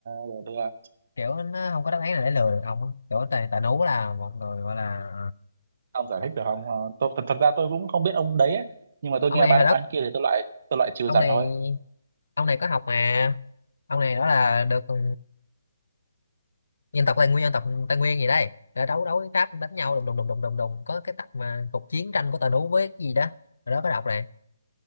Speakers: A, on the right; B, on the left.
A: được đưa.
B: kiểu nó không có đáp án nào để lừa được ông á. kiểu tài tài nú là một người gọi là
A: ông giải thích được không Ờ, tôi, thật, thật ra tôi cũng không biết ông đấy ấy. nhưng mà tôi
B: ông
A: nghe
B: này
A: ba
B: hồi
A: đáp
B: đất
A: án kia thì tôi loại tôi loại trừ
B: ông
A: dần
B: này
A: thôi
B: ông này có học mà ông này đó là được ừ, dân tộc Tây Nguyên dân tộc Tây Nguyên gì đây đã đấu đấu với Pháp đánh nhau đùng đùng đùng đùng đùng đùng có cái tập mà cuộc chiến tranh của tài nú với cái gì đó rồi đó có đọc này